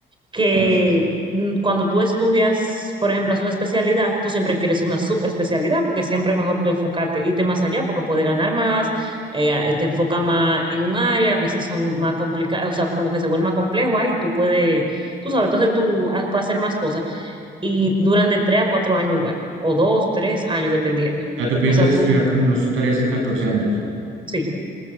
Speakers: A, on the right; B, on the right.
A: que
B: 11, sí.
A: mm, cuando tú estudias, por ejemplo, haces una especialidad, tú siempre quieres una subespecialidad porque siempre es mejor tú enfocarte, irte más allá porque puedes ganar más, eh, te enfoca más en un área, a veces son más complicadas, o sea, como que se vuelve más complejo ahí, tú puedes, tú sabes, entonces tú ah, puedes hacer más cosas. y duran de tres a cuatro años igual, o dos, tres años, dependiendo.
B: O sea, tú piensas
A: O sea,
B: estudiar
A: tú,
B: como unos 13 14 años.
A: sí,